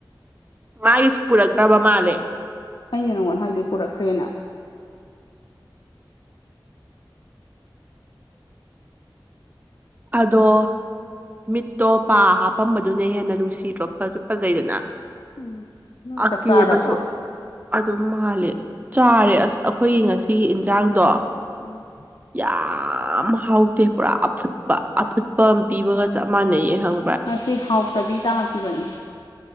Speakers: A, on the right; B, on the left.
A: ꯃꯥꯏꯁ ꯄꯨꯔꯛꯇ꯭ꯔꯕ ꯃꯥꯜꯂꯦ
B: ꯑꯩꯅ ꯅꯪꯉꯣꯟ ꯍꯥꯏꯗꯨ ꯄꯨꯔꯛꯈ꯭ꯔꯦꯅ
A: ꯑꯗꯣ ꯃꯤꯠꯇꯣ ꯄꯥ ꯍꯥꯞꯄꯝꯕꯗꯨꯅ ꯍꯦꯟꯅ ꯅꯨꯡꯁꯤꯗ꯭ꯔꯣ ꯐꯁꯨ ꯐꯖꯩꯗꯅ
B: ꯎꯝ ꯅꯣꯏ
A: ꯑꯀꯦꯕꯁꯨ
B: ꯆꯥꯛ ꯆꯥꯔꯕꯣ
A: ꯑꯗꯨꯝ ꯃꯥꯜꯂꯦ ꯆꯥꯔꯦ ꯑꯁ ꯑꯈꯣꯏꯒꯤ ꯉꯁꯤꯒꯤ ꯏꯟꯖꯥꯡꯗꯣ
B: ꯎꯝ
A: ꯌꯥꯝ ꯍꯥꯎꯇꯦ ꯄꯨꯔꯥ ꯐꯨꯠ ꯄ ꯑꯐꯨꯠꯄ ꯑꯝ ꯄꯤꯕꯒ ꯆꯞ ꯃꯥꯟꯅꯩꯌꯦ ꯍꯪ
B: ꯉꯁꯤ ꯍꯥꯎꯇꯕꯤ ꯇꯥꯈꯤꯕꯅꯤ